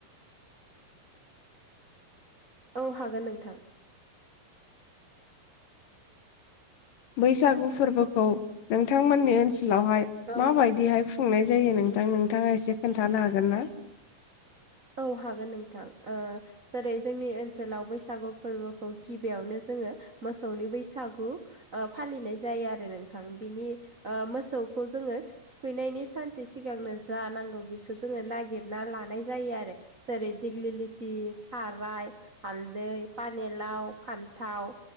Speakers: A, on the right; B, on the left.
A: औ हागोन नोंथां।
B: बैसागु फोरबोखौ नोंथांमोननि ओनसोलावहाय
A: औ
B: माबायदिहाय खुंनाय जायो नोंथां नोंथाङा एसे खोनथानो हागोन ना?
A: औ हागोन नोंथां ओ जेरै जोंनि ओनसोलाव बैसागु फोरबोखौ गिबियावनो जोङो मोसौनि बैसागु फालिनाय ओ जायो आरो नोंथां बिनि ओ मोसौखौ जों जोङो थुखैनायनि सानसे सिगांनो जा नांगौ बेखौ जोङो नागिरना लानाय जा आरो। जेरै दिग्लिलिथि थाराय हालदै पानेलाव फान थाव